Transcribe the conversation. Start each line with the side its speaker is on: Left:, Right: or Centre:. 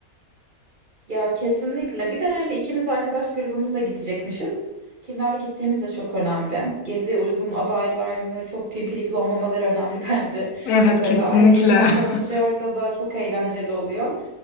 Right: Ya kesinlikle. Bir de hani ikimiz arkadaş grubumuzla gidecekmişiz. Kimlerle gittiğimiz de çok önemli. Geziye uygun adaylar mı, çok pimpirikli olmamaları önemli <laughs> bence.
Left: Evet
Right: Mesela
Left: kesinlikle.
Right: yani yakın arkadaşlarla
Left: <laughs>
Right: da çok eğlenceli oluyor.